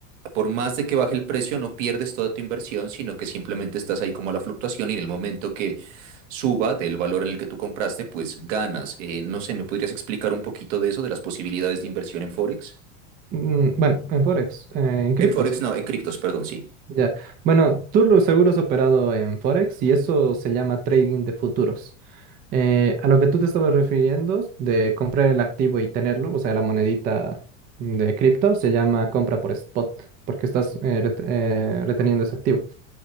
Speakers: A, on the right; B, on the right.
A: por más de que baje el precio, no pierdes toda tu inversión, sino que simplemente estás ahí como a la fluctuación y en el momento que suba del valor en el que tú compraste, pues ganas. Eh, no sé, ¿me podrías explicar un poquito de eso, de las posibilidades de inversión en Forex?
B: Mm, bueno, en Forex, eh, en criptos.
A: En Forex no, en criptos, perdón, sí.
B: Ya. Bueno, tú lo seguro has operado en Forex y eso se llama trading de futuros. Eh, a lo que tú te estabas refiriendo de comprar el activo y tenerlo, o sea, la monedita de cripto, se llama compra por spot, porque estás eh, ret- eh, reteniendo ese activo.